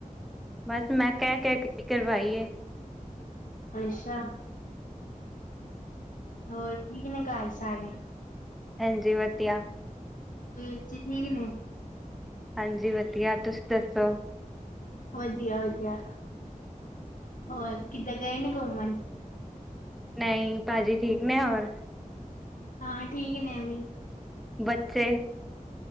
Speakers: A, in the centre; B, on the left.
A: ਬਸ ਮੈਂ ਕਹਿ ਕਹਿ ਕੇ ਕਾਰਵਾਈ -ਏ-
B: ਅੱਛਾ। ਹੋਰ, ਠੀਕ ਨੇ ਘਰ ਸਾਰੇ।
A: ਹਾਂਜੀ, ਵਧੀਆ।
B: ਵੀਰ ਜੀ, ਠੀਕ ਨੇ?
A: ਹਾਂਜੀ, ਵਧੀਆ ਤੁਸੀਂ ਦੱਸੋ।
B: ਵਧੀਆ, ਵਧੀਆ। ਹੋਰ ਕਿੱਦੈ ਗਏ ਨੀਂ ਘੁੰਮਣ?
A: ਨਈਂ, ਭਾਜੀ ਠੀਕ ਨੇ ਹੋਰ।
B: ਹਾਂ, ਠੀਕ ਨੇ ਓ ਵੀ
A: ਬੱਚੇ?